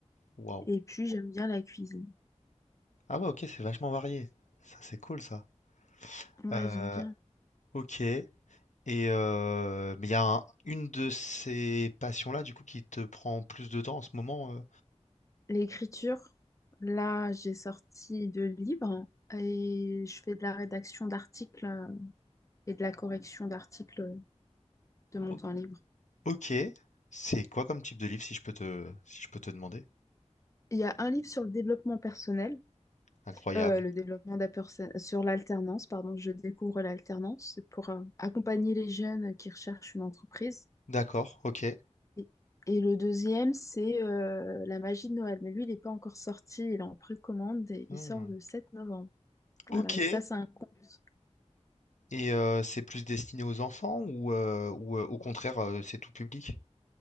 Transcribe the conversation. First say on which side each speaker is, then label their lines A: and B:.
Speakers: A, on the left (about 85°); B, on the left (about 25°).
A: Waouh.
B: et puis j'aime bien la cuisine.
A: Ah ouais, ok, c'est vachement varié. Ça, c'est cool, ça.
B: Ouais,
A: Euh,
B: j'aime bien.
A: ok. Et euh, mais il y a un- une de ces passions-là, du coup, qui te prend plus de temps en ce moment. euh.
B: L'écriture, là, j'ai sorti deux livres et je fais de la rédaction d'articles euh, et de la correction d'articles euh, de mon
A: O-
B: temps libre.
A: Ok. C'est quoi comme type de livre, si je peux te, si je peux te demander?
B: Il y a un livre sur le développement personnel.
A: Incroyable.
B: Euh, le développement de sur l'alternance, pardon, je découvre l'alternance, c'est pour euh, accompagner les jeunes qui recherchent une entreprise.
A: D'accord. Ok.
B: Et, et le deuxième, c'est euh, la magie de Noël. Mais lui, il n'est pas encore sorti, il est en précommande et
A: Hmm.
B: il sort le 7 novembre.
A: Ok.
B: Voilà, et ça, c'est un conte.
A: Et euh, c'est plus destiné aux enfants ou, euh, ou euh, au contraire, euh, c'est tout public?